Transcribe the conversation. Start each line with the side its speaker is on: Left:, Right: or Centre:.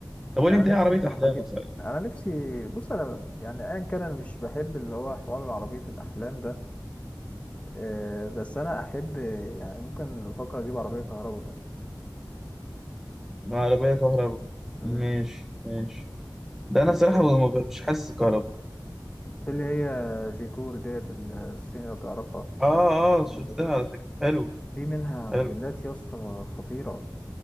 Centre: طب قول
Left: نفسي
Centre: لي انت ايه عربية
Left: بصراحه
Centre: احلامك
Left: اجيب
Centre: صحيح
Left: انا نفسي بص انا يعني ايا كان انا مش بحب اللي هو حوار عربيه الاحلام ده آه، بس انا احب يعني ممكن افكر اجيب عربيه كهرباء مثلا
Centre: عربية كهرباء
Left: امم
Centre: ماشي ماشي ده انا
Left: آه،
Centre: الصراحة ما ب- مش حاسس كهرباء
Left: في اللي هي جيتور ديت الصيني لو تعرفها مش
Centre: اه
Left: عارف
Centre: اه
Left: اسمها
Centre: شفتها
Left: ولا كوري.
Centre: على فكرة حلو
Left: في منها
Centre: حلو
Left: موديلات يا اسطى خطيره